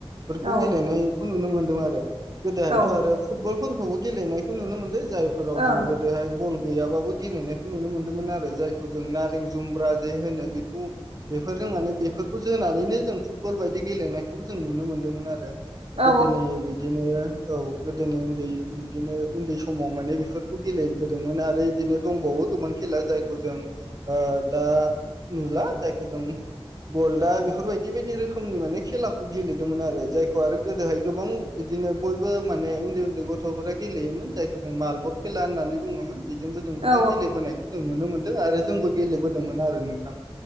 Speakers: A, on the right; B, on the right.
A: फोरखौ
B: औ
A: गेलेनायखौ नुनो मोनदों आरो गोदोहायथ'
B: औ
A: आरो फुटबलफोरखौबो गेलेनाय नुनो मोनदों जायफोराव जों
B: ओं
A: गोदोहाय बल गैयाबाबो गेलेनायखौ नुनो मोन्दोंमोन आरो जायखौ जों नारें जुमब्रा जे होनो बेखौ बेफोरजों माने बेफोरखौ जोनानैनो जों फुटबल बायदि गेलेनायखौबो जों नुनो मोन्दोंमोन आरो
B: औ
A: गोदोनि बिदिनो औ गोदोनि उन्दै बिदिनो उन्दै समाव माने बेफोरखौ गेलेबोदोंमोन आरो बिदिनो दंबावो गोबां खेला जायखौ जों ओ दा नुला जायखौ जों गल्डआ बेफोरबायदि बायदि रोखोमनि माने खेलाखौ गेलेदोंमोन आरो जाय आरो गोदोहाय गोबां बिदिनो बयबो माने उन्दै उन्दै गथ'फोरा गेलेयोमोन जायखौ जों मालबर खेला होननानै बुङोमोन बेजोंबो जों गोबां
B: औ
A: गेलेबोनायखौ जों नुनो मोनो आरो जोंबो गेलेबोदोंमोन आरो नोंथां